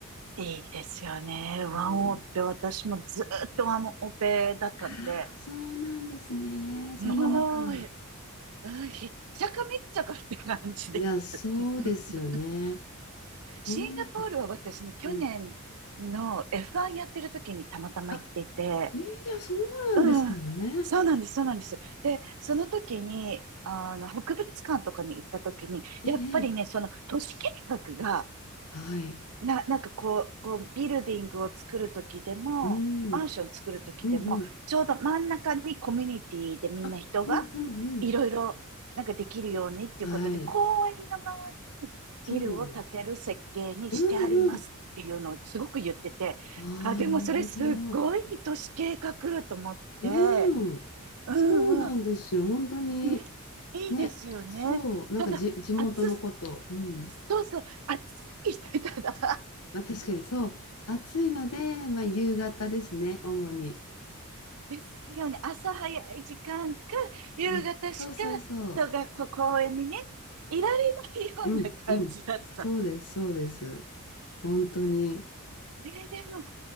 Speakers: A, on the right; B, on the left.
A: いいですよね。ワンオペ、
B: そう。
A: 私もずーっとワンオペだったんで、
B: ああ、そうなんですね。
A: もう
B: そんな中。
A: うん、ひっちゃかめっちゃかって感じです。
B: いや、そうですよね。
A: <laughs> シンガポールは私ね、
B: そんな中、そっかうん。
A: 去年の F1 やってる時にたまたま行っていて、
B: あ、いや、そうなんですね。
A: うん、そうなんです、そうなんです。で、その時に、あの、博物館とかに行った時に、
B: ええ、
A: やっぱりね、
B: ええ
A: その都市計画が
B: はい。
A: な、なんかこう、こう、ビルディングを作るときでも、
B: うん、
A: マンション作るときでも、
B: うん、うん。
A: ちょうど真ん中にコミュニティでみんな人が
B: あ、うん、うん、うん。
A: いろいろなんかできるようにっていうことで、
B: はい。
A: 公園の周りにビルを建てる設計にしてありますっていうのをすごく言ってて、
B: そうなんです。うん、うん。ああ、
A: あ、でもそれすっごい都市計画と思って、
B: なるほど。うん。
A: うんうん。
B: そうなんですよ。本当に、
A: ね、いいですよね。
B: ね、そう、なんかじ、
A: ただ、
B: 地元のこと。
A: 暑、
B: うん。
A: そうそう、暑いしてたら
B: まあ確かにそう。暑いので、まあ夕方ですね、主に。
A: ですよね。朝早い時間か、夕方しか人がこう公園にね、
B: うん。そうそうそう。
A: いられないような感じだった。
B: うん、うん。そうです、そうです。本当に。
A: ねえ、でも、